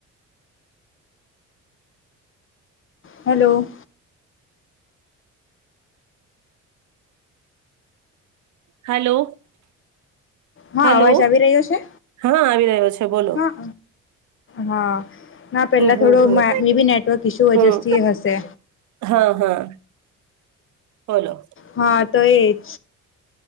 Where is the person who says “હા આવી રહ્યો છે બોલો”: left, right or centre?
Right